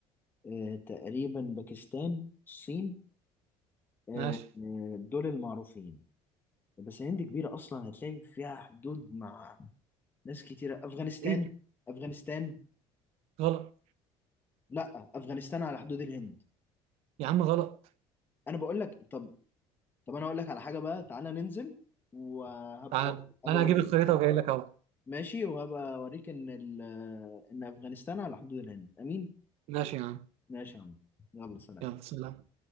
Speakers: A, on the left; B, on the right.
A: آه تقريبا باكستان الصين آه
B: ماشي
A: آه، دول المعروفين بس الهند كبيرة أصلا هتلاقي فيها حدود مع ناس كتيرة أفغانستان
B: ايه
A: أفغانستان
B: غلط
A: لأ أفغانستان على حدود الهند
B: يا عم غلط
A: انا بقول لك طب طب انا هقول لك على حاجه بقى تعالى ننزل وهبقى
B: تعال
A: هبقى
B: انا
A: اوريك
B: هجيب الخريطة
A: إن-
B: وجاي لك اهو
A: ماشي وهبقى اوريك ان ال... ان افغانستان على حدود الهند امين
B: ماشي يا عم
A: ماشي يا عم يلا سلام
B: يلا سلام